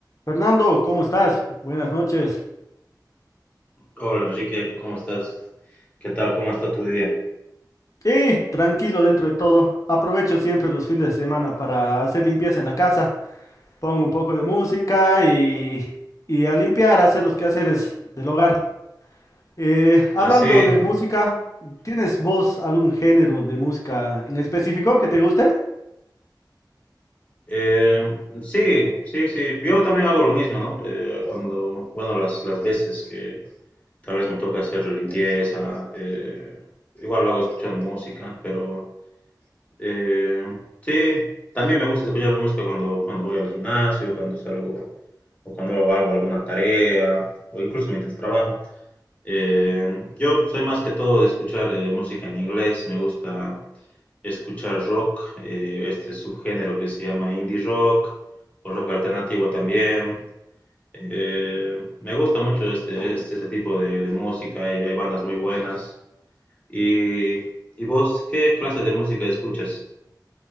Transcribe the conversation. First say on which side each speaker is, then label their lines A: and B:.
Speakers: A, on the left; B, on the left.
A: Fernando, ¿cómo estás? Buenas noches.
B: Hola Enrique, ¿cómo estás? ¿Qué tal? ¿Cómo está tu día?
A: Y tranquilo dentro de todo. Aprovecho siempre los fines de semana para hacer limpieza en la casa. Pongo un poco de música y, y a limpiar, a hacer los quehaceres del hogar. Eh, hablando
B: Así,
A: de música, ¿tienes vos algún género de música en específico que te guste?
B: eh, sí, sí, sí. Yo también hago lo mismo, ¿no? Eh, cuando, bueno, las, las veces que tal vez me toca hacer limpieza, eh, igual lo hago escuchando música, pero eh, sí, también me gusta escuchar música cuando, cuando voy al gimnasio, cuando salgo o cuando hago algo, alguna tarea, o incluso mientras trabajo. Eh, yo soy más que todo de escuchar eh, música en inglés, me gusta. escuchar rock, eh, este subgénero que se llama indie rock o rock alternativo también. Eh, me gusta mucho este, este, este tipo de, de música y hay bandas muy buenas. ¿Y, y vos qué clase de música escuchas?